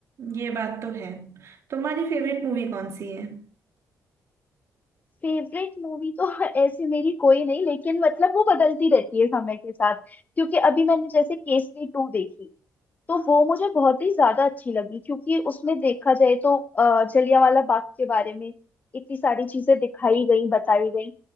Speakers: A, on the right; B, on the left.
A: ये बात तो है तुम्हारी फेवरेट मूवी कौन सी है
B: फेवरेट मूवी तो <laughs> ऐसे मेरी कोई नहीं लेकिन मतलब वो बदलती रहती है समय के साथ क्योंकि अभी मैंने जैसे केसरी टू देखी तो वो मुझे बहुत ही ज्यादा अच्छी लगी क्योंकि उसमें देखा जाए तो अ, जलियांवाला बाग के बारे में इतनी सारी चीजें दिखाई गई बताई गई